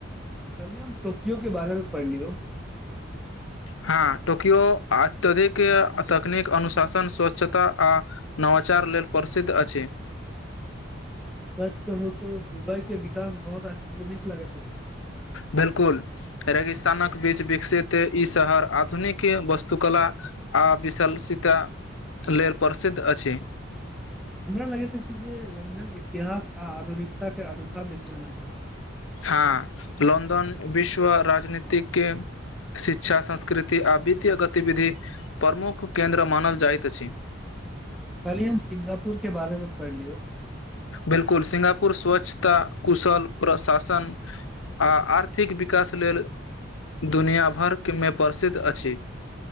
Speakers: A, in the centre; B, on the left (about 75°).
A: कहलिय हम टोकियो के बारे में पढ़लियौ।
B: हँ, टोकियो अत्यधिक तकनीक अनुशासन स्वच्छता आ नव। वाचार लेल प्रसिद्ध अछि।
A: सच कहू त, दुबई के विकास बहुत आश्चर्यजनिक लागैत अति। <inaudible>
B: बिल्कुल, रेगिस्तानक बीच विकसित ई शहर आधुनिक वस्तुकला। आ विशल सीता लेल प्रसिद्ध अछि।
A: हमरा लगैत छै जे लंडन इतिहास आ आधुनिकतााक के अनोखा मिश्रण अइछ।
B: हँ, लन्दन विश्व राजनीतिक। शिक्षा, संस्कृति आ वित्तीय गतिविधि प्रमुख केन्द्र मानल जाइत अछि।
A: कल्हि हम सिंगापुर के बारे में पढ़लियौ।
B: बिल्कुल, सिंगापुर स्वछता, कुशल प्रशासन। आ आर्थिक विकास लेल। दुनिया भरमें प्रसिद्ध अछि।